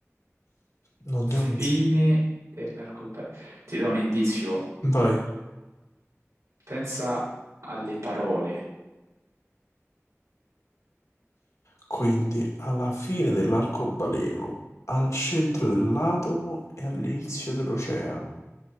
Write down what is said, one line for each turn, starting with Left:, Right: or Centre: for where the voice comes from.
Left: Non
Right: Fine
Left: devo pensare.
Right: dell'arcobaleno. Ti do un indizio.
Left: Vai.
Right: Pensa alle parole.
Left: Quindi, alla fine dell'arcobaleno, al centro dell'atomo e all'inizio dell'oceano.